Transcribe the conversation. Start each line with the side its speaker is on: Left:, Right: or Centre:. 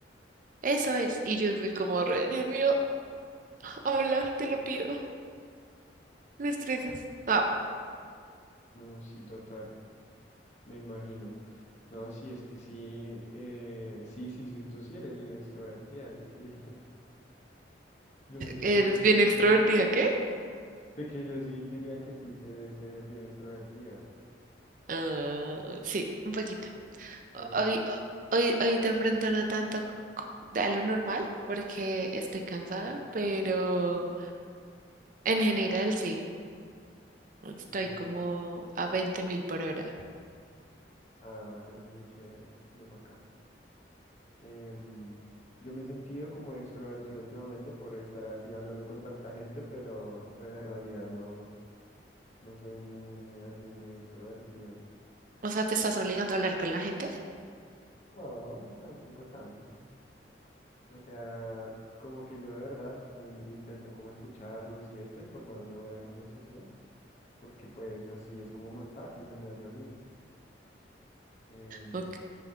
Right: eso es, y yo soy como re, Dios mío. Habla, te lo pido. Me estresas. Ah,
Left: No, sí, total, me imagino. No, sí, es que sí, eh, sí, sí, sí, tú sí eres bien extrovertida, yo sí. <laughs> Yo me sentía
Right: eres
Left: muy...
Right: bien extrovertida, ¿qué?
Left: De que yo sí diría que sí, que eres eh, bien extrovertida,
Right: Ah, sí, un poquito.
Left: pero
Right: Hoy,
Left: sí.
Right: hoy, hoy de pronto no tanto co- a lo normal porque estoy cansada, pero en general sí. Estoy
Left: Y,
Right: como a veinte mil por hora.
Left: ah, pero es muy chévere, muy bacán. Em, yo me he sentido como extrovertido últimamente por estar así hablando con tanta gente, pero, pero en realidad no, no soy muy así, muy extrovertido.
Right: O sea, ¿te estás obligando a hablar con la gente?
Left: No, tampoco tanto. O sea, como que yo de verdad eh, intento como escucharlos y esto y formar una buena conversación, porque pues así es como más fácil se me hace a mí. Em,
Right: Ok.